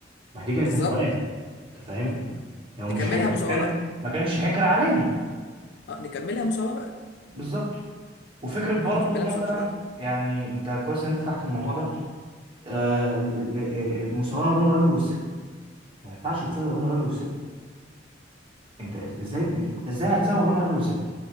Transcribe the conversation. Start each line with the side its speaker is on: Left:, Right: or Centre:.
Right: ما دي كانت
Left: بالظبط
Right: مساواة انت فاهم
Left: م- م.
Right: يعني مش
Left: نكملها
Right: حك...
Left: مساواة
Right: ما كان
Left: بقى
Right: ما كانش حكر علينا
Left: اه نكملها مساواة بقى
Right: بالظبط وفكرة
Left: اه
Right: برضو
Left: يعني كملها
Right: مثلا
Left: بس هو مش عادل
Right: يعني انت كويس ان انت فتحت الموضوع ده آه ال- ال- ال- المساواة ما بين الراجل والست ما ينفعش تساوي ما بين الراجل
Left: مم.
Right: والست انت إز- ازاي ازاي هتساوي ما بين الراجل والست